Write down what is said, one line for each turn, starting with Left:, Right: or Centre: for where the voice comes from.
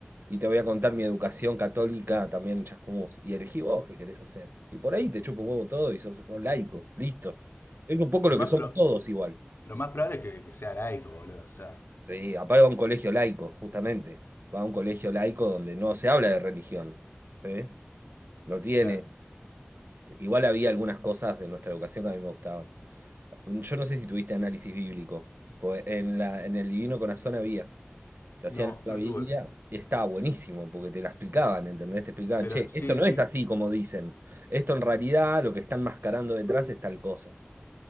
Right: y te voy a contar mi educación católica también en Chascomús. Y elegí vos qué querés hacer. Y por ahí te chupo un huevo todo y sos, sos laico, listo. Es un poco
Left: Lo
Right: lo
Left: más,
Right: que somos
Left: pro-
Right: todos igual.
Left: lo más probable es que, que sea laico, boludo. O sea,
Right: Sí, aparte va a un colegio laico, justamente. Va a un colegio laico donde no se habla de religión, ¿sí? No tiene.
Left: claro.
Right: Igual había algunas cosas de nuestra educación que a mí me gustaban. Yo no sé si tuviste análisis bíblico. pues En la, en el Divino Corazón había. Te hacían
Left: No,
Right: leer la
Left: no
Right: Biblia
Left: tuve.
Right: y estaba buenísimo porque te la explicaban, ¿entendés? Te explicaban,
Left: Pero
Right: che,
Left: sí,
Right: esto no
Left: sí.
Right: es así como dicen. Esto en realidad lo que están mascarando detrás es tal cosa.